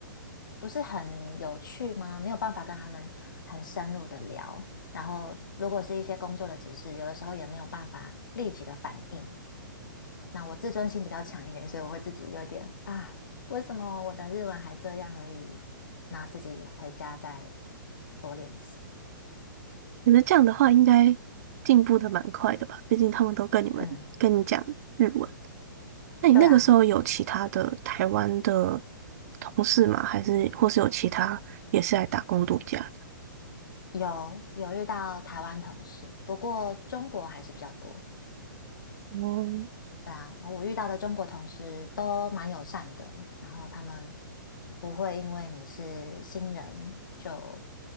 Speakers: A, on the left; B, on the right.
A: 不是很有趣吗？没有办法跟他们很深入的聊，然后如果是一些工作的指示，有的时候也没有办法立即的反应。那我自尊心比较强一点，所以我会自己有点啊，为什么我的日文还这样而已？那自己回家再多练习。
B: 可是这样的话，应该进步的蛮快的吧？毕竟他们都跟你们跟你讲日文。
A: 嗯，
B: 那你那个时候有其他的台湾的
A: 对啊，
B: 同事吗？还是或是有其他也是来打工度假的？
A: 嗯，有有遇到台湾同事，不过中国还是比较多。
B: 哦，
A: 对啊，我遇到的中国同事都蛮友善的，然后他们不会因为你是新人就